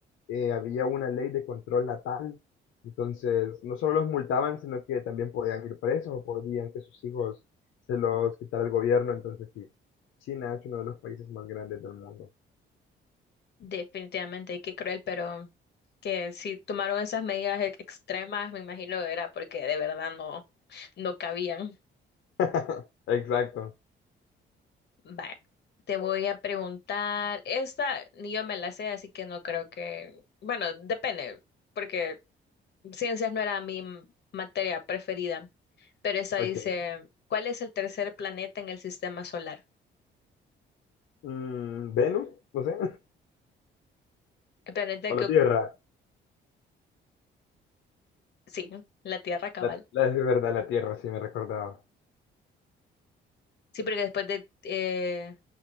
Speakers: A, on the left; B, on the left.
A: eh, había una ley de control natal, entonces no solo los multaban, sino que también podían ir presos o podían que sus hijos se los quitara el gobierno, entonces sí, China es uno de los países más grandes del mundo.
B: Definitivamente, y qué cruel, pero que si tomaron esas medidas ex- extremas, me imagino que era porque de verdad no, no cabían.
A: <laughs> Exacto,
B: Vaya, te voy a preguntar, esta ni yo me la sé, así que no creo que, bueno, depende, porque Ciencias no era mi m- materia preferida, pero esa
A: ok.
B: dice, ¿cuál es el tercer planeta en el sistema solar?
A: Mm, ¿Venus? No sé,
B: El planeta
A: <laughs> o
B: que...
A: la Tierra.
B: ocu- Sí, la Tierra cabal.
A: La, la- es verdad, la Tierra, sí me recordaba.
B: Sí, porque después de eh,